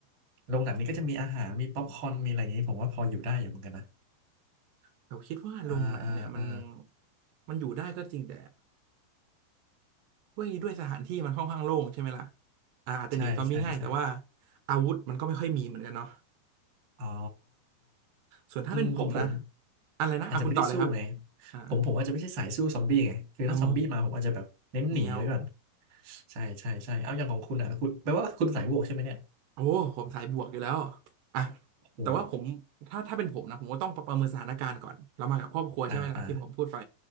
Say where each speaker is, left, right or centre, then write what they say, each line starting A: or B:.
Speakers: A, on the right (about 50°); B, on the right (about 75°).
A: โรงหนังนี่ก็จะมีอาหารมีป๊อปคอร์นมีอะไรอย่างนี้ผมว่าพออยู่ได้อยู่เหมือนกันนะ
B: แต่คิดว่าโรงหนังเนี่ยมัน
A: อ่าอ่าอ่า
B: มันอยู่ได้ก็จริงแต่ด้วยด้วยสถานที่มันค่อนข้างโล่งใช่ไหมล่ะอ่าอาจจะหนีซอมบี้ง่ายแต่ว่า
A: ใช่ใช่ใช่
B: อาวุธมันก็ไม่ค่อยมีเหมือนกันเนาะ
A: อ๋อ
B: ส่วนถ้าเป็นผมนะ
A: อืมของผม
B: อะไรนะอ่ะคุณต่อเลยครับ
A: อาจจะไม่ได้สู้ไง
B: อ่า
A: ผมผมอาจจะไม่ใช่สายสู้ซอมบี้ไงคือถ้าซอมบี้มาผมอาจจะแบบเน้นหนีไว้ก่อน
B: เอาเหนียว
A: ใช่ใช่ใช่เอาอย่างของคุณอ่ะคุณแปลว่าคุณสายบวกใช่ไหมเนี่ย
B: โอ้ผมสายบวกอยู่แล้วอ่ะ
A: โอ้โห
B: แต่ว่าผมถ้าถ้าเป็นผมนะผมก็ต้องประเมินสถานการณ์ก่อนเรามากับครอบครัวใช่ไหมล่ะที่ผมพูดไป
A: อ่าอ่า